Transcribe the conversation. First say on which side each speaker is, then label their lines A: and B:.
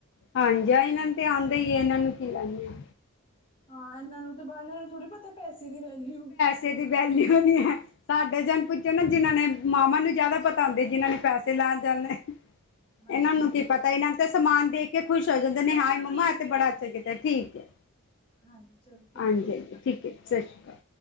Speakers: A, on the left; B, on the left.
A: ਹਾਂਜੀ, ਇਨ੍ਹਾਂ ਨੂੰ ਤੇ ਆਉਂਦਾ ਹੀ, ਇਹਨਾਂ ਨੂੰ ਕੀ ਲੈਣਾਂ ਆ।
B: ਹਾਂ, ਇਹਨਾਂ ਨੂੰ ਤੇ ਬਾਹ, ਇਹਨਾਂ ਨੂੰ ਥੋੜੀ ਪਤਾਂ ਪੈਸੇ ਦੀ ਵੈਲਿਊ
A: ਜਿਹਦੀ ਵੈਲਿਊ ਨਹੀਂ ਹੈ। ਸਾਡੇ ਜਨ ਪੁੱਛੋ ਨਾ ਜਿਨ੍ਹਾਂ ਨੇ, ਮਾਵਾਂ ਨੂੰ ਜਿਆਦਾ ਪਤਾ ਹੁੰਦੇ, ਜਿਨਾਂ ਨੇ ਪੈਸੇ ਲਾਉਂਣ ਜਾਣੇਂ।
B: ਹਾਂਜੀ
A: ਇਹਨਾਂ ਨੂੰ
B: ਸਹੀ
A: ਕੀ ਪਤਾ,
B: ਗੱਲ
A: ਇਹਨਾਂ ਨੂੰ ਤਾਂ ਸਮਾਨ ਦੇਖ ਕੇ ਖੁਸ਼ ਹੋ ਜਾਂਦੇ ਨੇ,
B: ਚਲੋ
A: ਹਏ
B: ਫਿਰ
A: ਮੰਮਾ
B: ਠੀਕ
A: ਇਹ ਤਾਂ
B: ਹੈ
A: ਬੜਾ ਅੱਛਾ ਗਿ ਤਾਂ, ਠੀਕ ਹੈ।
B: ਹਾਂਜੀ, ਚਲੋਂ ਠੀਕ
A: ਹਾਂਜੀ
B: ਹੈ, ਸਤਿ ਸ਼੍ਰੀ
A: ਹਾਂਜੀ
B: ਅਕਾਲ।
A: ਠੀਕ ਹੈ, ਸਤ ਸ਼੍ਰੀ ਅਕਾਲ।